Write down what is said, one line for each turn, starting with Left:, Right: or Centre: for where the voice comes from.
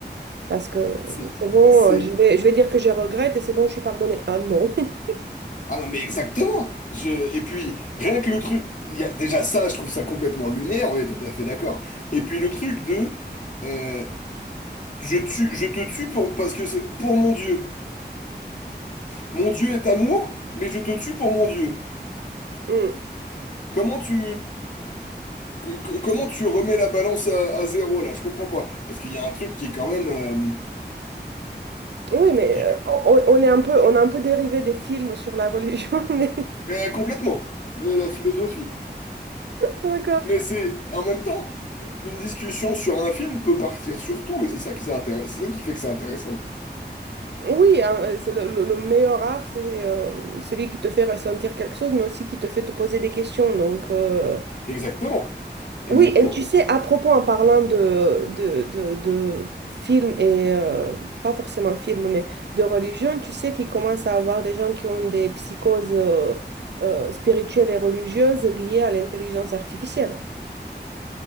Right: Parce que euh,
Left: c'est...
Right: c'est bon,
Left: c'est-
Right: euh, je vais, je vais dire que je regrette et c'est bon, je suis pardonnée. Ah non. <laughs>
Left: Ah non, mais exactement. Je... Et puis, rien que le truc... Il y a... Déjà ça, je trouve ça complètement lunaire, on est tout à fait d'accord. Et puis le truc de... euh, je tue, je te tue pour... parce que c'est pour mon Dieu. Mon Dieu est amour, mais je te tue pour mon Dieu.
Right: Hmm.
Left: Comment tu... que- que- comment tu remets la balance à, à zéro, là? Je comprends pas. Parce qu'il y a un truc qui est quand même... euh,
Right: Oui, mais
Left: qui est-
Right: euh, on, on est un peu, on a un peu dérivé des films sur la religion, <laughs> mais
Left: Euh, complètement. Euh, La philosophie.
Right: d'accord.
Left: Mais c'est... En même temps, une discussion sur un film peut partir sur tout, et c'est ça qui, c'est intéress- c'est ça qui fait que c'est intéressant.
Right: Oui, hein, euh, c'est le, le- le meilleur art, c'est euh, celui qui te fait ressentir quelque chose, mais aussi qui te fait te poser des questions. Donc, euh,
Left: Exactement. Exactement.
Right: Oui, et tu sais, à propos, en parlant de, de, de, de films et euh, pas forcément films, mais de religion, tu sais qu'il commence à avoir des gens qui ont des psychoses euh, euh, spirituelles et religieuses liées à l'intelligence artificielle.